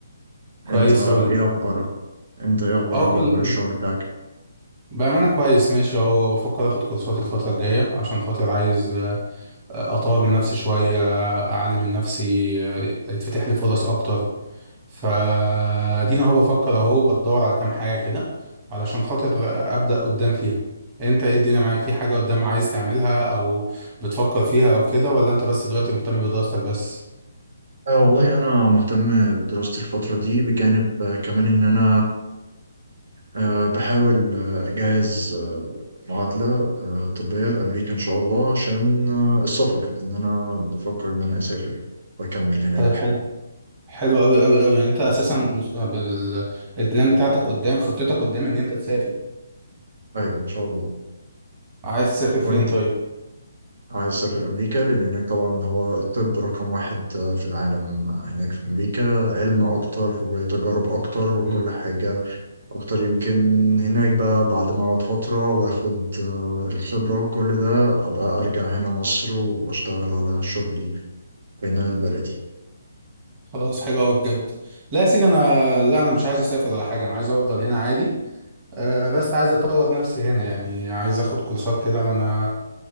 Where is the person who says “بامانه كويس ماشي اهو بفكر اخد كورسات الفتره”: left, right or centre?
Right